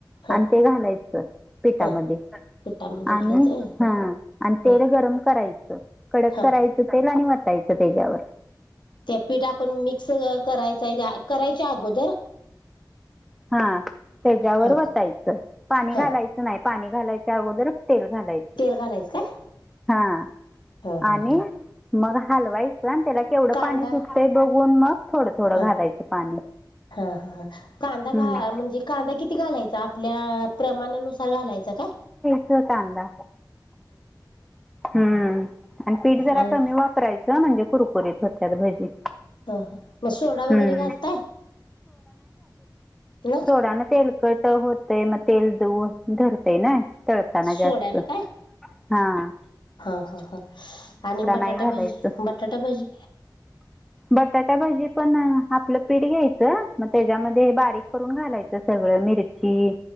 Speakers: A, on the left (about 80°); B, in the centre.
A: ह
B: आणि ते घालायचं पिठामध्ये
A: ह पिठामध्ये
B: आणि
A: घालायचं
B: हा आणि तेल
A: ह
B: गरम कराय स कडक
A: ह
B: करायचं तेल आणि वतायचं त्याज्यावर
A: त्या पीठ आपण मिक्स करायचय करायच्या अगोदर
B: हा त्याज्यावर
A: ह
B: वतायचं पाणी घालाय
A: ह
B: नाय पाणी घालायच्या अगोदरच तेल घालाय
A: तेल घालायच काय
B: हा
A: हा हा
B: आणि
A: हा
B: मग हलवायचं अनं त्याला केवढं
A: कांदा
B: पाणी सुटतंय बघून मग थोडं थोडं
A: हा
B: घालायचं पाणी
A: हा हा ह. कांदा
B: हम्म.
A: घा, म्हणजे कांदा किती घालायचा, आपल्या प्रमाणानुसार घालायचा काय?
B: चं कांदा, ह्म, पीठ जरा
A: आणि
B: कमी वाप रायच, म्हणजे कुरकुरीत होत्यात भजी.
A: हं, मग सोडा
B: हम्म.
A: वगैरे घालताय, मग?
B: सोडा न तेलकट होतय, मग तेल दऊ-धरतय ना. तळताना
A: सोड्यानं
B: जास्त,
A: काय
B: हां.
A: हा हा हा आणि बटाटा
B: नाही घालायचं
A: भजी, बटाटा भजी
B: बटाटा भजी पण आपलं पिठं घ्यायचं, मगं त्याच्यामध्ये हे बारीक करून घालायचं सगळं, मिरची,